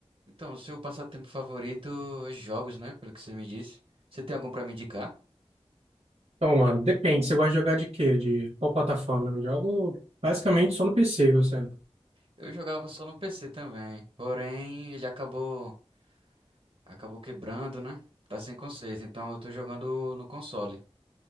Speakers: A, on the right; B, on the right.
A: Então, o seu passatempo favorito é jogos, né? Pelo que você me disse. Você tem algum pra me indicar?
B: Então, mano, depende. Você gosta de jogar de quê? De qual plataforma? Eu jogo basicamente só no PC, você.
A: Eu jogava só no PC também, porém ele acabou acabou quebrando, né? Tá sem conserto, então eu tô jogando no console.